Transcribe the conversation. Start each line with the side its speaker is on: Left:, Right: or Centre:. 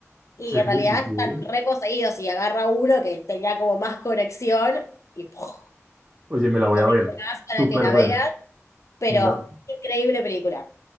Left: y
Right: Sí,
Left: en realidad
Right: sí, sí.
Left: están re poseídos y agarra uno que tenía como más conexión y ¡puf!
Right: Oye, me la voy
Left: no
Right: a
Left: digo
Right: ver.
Left: más para
Right: Súper
Left: que la
Right: buena.
Left: veas, pero
Right: Me la,
Left: increíble película.